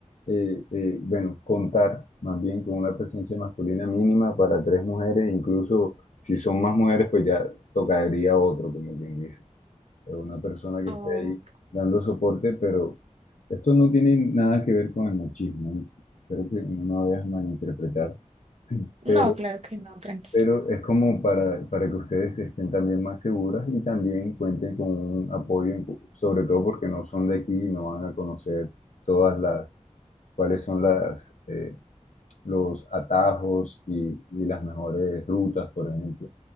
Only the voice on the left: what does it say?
eh, eh, bueno, contar más bien con una presencia masculina mínima para tres mujeres, incluso si son más mujeres, pues ya tocaría otro, como quien dice. eh, una persona que
esté ahí dando soporte, pero esto no tiene nada que ver con el machismo, ¿eh? Espero que no me vayas a malinterpretar,
pero,
pero es como para, para que ustedes estén también más seguras y también cuenten con un apoyo, en- sobre todo porque no son de aquí y no van a conocer todas las, cuáles son las, eh, los atajos y, y las mejores rutas, por ejemplo.